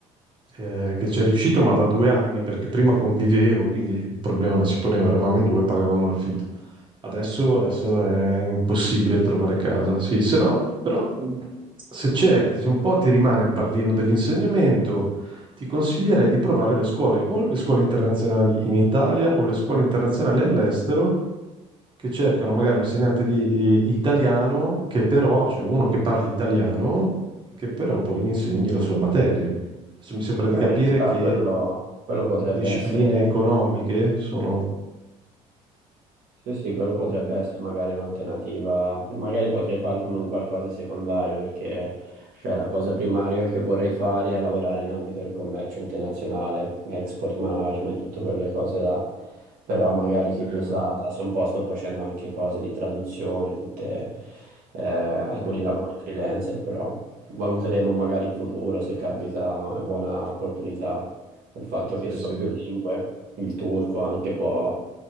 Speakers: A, on the right (about 30°); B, on the right (about 65°).
A: eh, che ci è riuscito, ma da due anni, perché prima convivevo, quindi il problema non si poneva, eravamo in due, pagavamo l'affitto. Adesso, adesso è impossibile trovare casa. Sì, se no, però mh, se cerchi, se un po' ti rimane il pallino dell'insegnamento, ti consiglierei di provare le scuole, o le scuole internazionali in Italia o le scuole internazionali all'estero che cercano magari un insegnante di di italiano che però, cioè uno che parli italiano, che però poi insegni la sua materia. Adesso mi sembra di
B: eh,
A: capire
B: ci sta,
A: che
B: quello, quello potrebbe
A: discipline
B: essere
A: economiche sono...
B: Sì, sì, quello potrebbe
A: Oh,
B: essere magari un'alternativa, magari potrei farlo come un qualcosa secondario perché cioè, la cosa primaria che vorrei fare è lavorare in ambito del commercio internazionale, export
A: mm,
B: management, tutte quelle cose là, però magari
A: ci
B: chi
A: credo.
B: lo sa, adesso un po' sto facendo anche cose di traduzione, tutte, eh, alcuni
A: Mhm.
B: lavori freelancer, però valuteremo magari in futuro se capita una buona opportunità. Il fatto
A: Sì,
B: che so
A: sì.
B: più
A: Eh,
B: lingue, il turco anche può,